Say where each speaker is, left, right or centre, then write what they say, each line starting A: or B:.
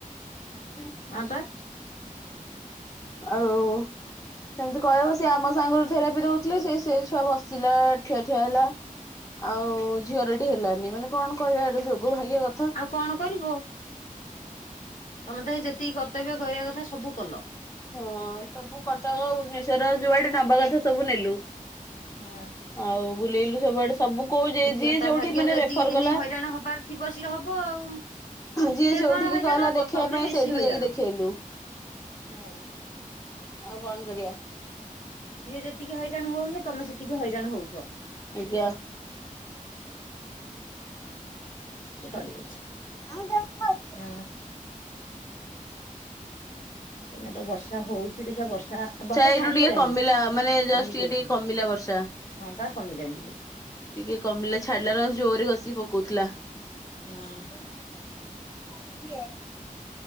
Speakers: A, on the left; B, on the left.
A: <inaudible>
B: ହାଁ ପା
A: ଆଉ ସେମିତି କହିବସ ସେ ଆମ ସାଙ୍ଗରୁ ଥେରାପି ଦଉଥିଲେ ସେ ସେ ଛୁଆ ବସିଲା ଠିଆ ଠିଆ ହେଲା ଆଉ ଝିଅରଠି ହେଲାନି ମାନେ କଣ କହିବା ଏଟେ ଯୋଗ ଭାଗ୍ୟ କଥା।
B: ଆଉ କଣ କରିବ? ତମେ ତ ହେ ଯେତିକି କର୍ତ୍ତବ୍ୟ କରିବା କଥା ସବୁ କଲ।
A: ହଁ ସବୁ କଟକ ଭୁବନେଶ୍ୱର ଯୁଆଡେ ନବା କଥା ସବୁ ନେଲୁ।
B: ହୁଁ
A: ଆଉ ବୁଲେଇଲୁ ସବୁଆଡେ ସବୁ କୋଉ ଯିଏ
B: ଦେଖିବା ତା
A: ଯୋଉଠି
B: ଭାଗ୍ୟ
A: ମାନେ
B: ଯେତିକି
A: ରେଫର
B: ଦିନି
A: କଲା
B: ହଇରାଣ ହବାର ଥିବ ସିଏ ହବ ଆଉ।
A: ଯିଏ
B: ସିଏ
A: ଯୋଉଠିକି
B: କଣ ହଇରାଣ
A: କହିଲା
B: ହବ
A: ଦେଖେଇବା
B: ତମେ
A: ପାଇଁ
B: ବେଶୀ
A: ସେଇଠିକି
B: ହଇରାଣ
A: ଯାଇକି ଦେଖେଇଲୁ।
B: ହୁଁ।
A: ଆଉ ବନ୍ଦ କରିବା।
B: ଯିଏ ଯେତିକି ହଇରାଣ ହଉନି ତମେ ସେତିକି ହଇରାଣ ହଉଛ।
A: ଆଜ୍ଞା
B: ସେ ଚଳିବ।
A: <inaudible> <inaudible>
B: ହୁଁ ଏଇନା ତ ବର୍ଷା ହଉଛି। ଏଠି ଦେଖିବା ବର୍ଷା ବର୍ଷା
A: ଏଇନୁ
B: ଛାଡିଗଲାଣି
A: ଟିକେ କମିଲା ମାନେ ଜଷ୍ଟ
B: କମି
A: ଟିକେ
B: ଯାଇଛି।
A: ଟିକେ କମିଲା ବର୍ଷା।
B: ହଁ ପା କମିିଲାଣି ଟିକେ।
A: ଟିକେ କମିଲା ଛାଡିଲା ନା ଜୋରରେ ଗଷି ପକୋଉଥିଲା
B: ହୁଁ।
A: ହୁଁ <inaudible>